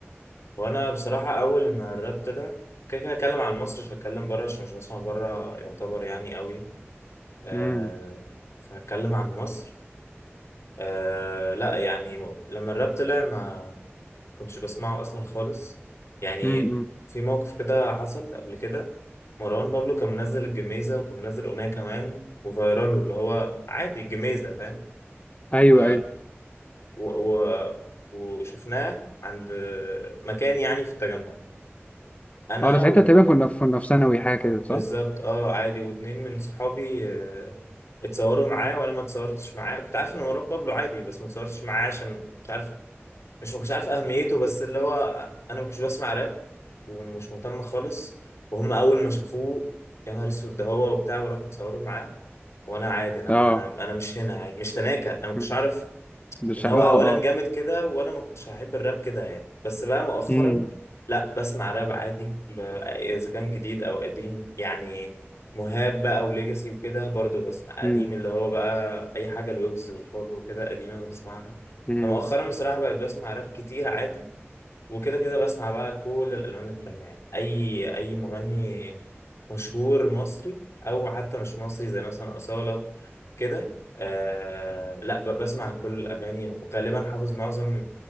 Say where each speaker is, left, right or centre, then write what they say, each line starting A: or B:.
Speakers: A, on the left; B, on the left.
A: وانا بصراحه اول ما الراب طلع كده كده اتكلم عن مصر مش هتكلم بره عشان مش بسمع بره يعتبر يعني قوي آه،
B: امم
A: فهتكلم عن مصر آه، لا يعني م- لما الراب طلع ما كنتش بسمعه اصلا خالص يعني
B: امم
A: في موقف كده حصل قبل كده مروان بابلو كان منزل الجميزة وكان منزل أغنية كمان وفيرال اللي هو عادي الجميزة فاهم
B: ايوه
A: ف
B: ايوه
A: و... و... وشفناه عند مكان يعني في التجمع أنا
B: اه انا ساعتها تقريبا كنا في كنا في ثانوي حاجة كده
A: بالظبط
B: صح؟
A: اه عادي واتنين من صحابي آه، اتصوروا معاه وانا ما اتصورتش معاه كنت عارف ان مروان بابلو عادي بس ما اتصورتش معاه عشان كنت عارف مش ما كنتش عارف اهميته بس اللي هو انا ما كنتش بسمع راب ومش مهتم خالص وهم اول ما شافوه يا نهار اسود ده هو وبتاع وراحوا اتصوروا معاه وانا عادي انا
B: اه
A: انا انا مش هنا عادي مش تناكة انا ما كنتش
B: مم.
A: عارف
B: مش
A: ان هو
B: ع- اه
A: اولا
B: اه
A: جامد كده وانا ما كنتش هحب الراب كده يعني بس بقى مؤخرا
B: امم
A: لا بسمع راب عادي ب- اذا كان جديد او قديم يعني مهاب بقى وليجاسي وكده برضو بسمع قديم
B: امم
A: اللي هو بقى اي حاجه الويجز وبابلو وكده قديمه بسمعها
B: امم
A: فمؤخرا بصراحه بقيت بسمع راب كتير عادي وكده كده بسمع بقى كل الالوان التانية يعني اي اي مغني مشهور مصري او حتى مش مصري زي مثلا اصالة كده آه لا ب- بسمع كل الاغاني وغالبا حافظ معظم